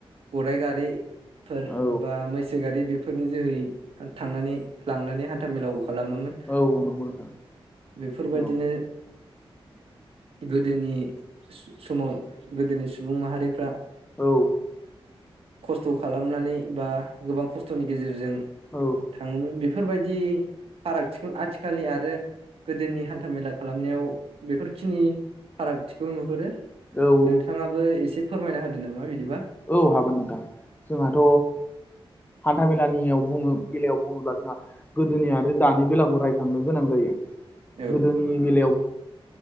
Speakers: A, on the right; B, on the left.
A: गराय गारि फोर
B: औ
A: बा मैसो गारि बे फोरनि जोहै थांनानै लांनानै हान्था मेेलाखौ खालामोमोन।
B: औ औ नंगौ नोंथां।
A: बेफोरबायदिनो
B: औ
A: गोदोनि समाव गोदोनि सुबुं माहारिफ्रा
B: औ।
A: खस्थ' खालामनानै बा गोबां खस्थ'नि गेजेरजों
B: औ।
A: थाङोमोन बेफोरबायदि फारागथिखौ आथिखालनि आरो गोदोनि हान्था मेला खालामनायाव बेफोरखिनि फारागथिखौ नुहुरो
B: औ
A: नोंथाङा बो एसे फोरमायना होदो नामा बिदिबा?
B: औ हागोन नोंथां जोंहाथ' हान्थामेलानियाव बुङो बेलायाव बुङोब्ला जोंहा गोदोनि आरो दानि बेलाखौ रायखांनो गोनां जायो।
A: औ
B: गोदोनि बेलायाव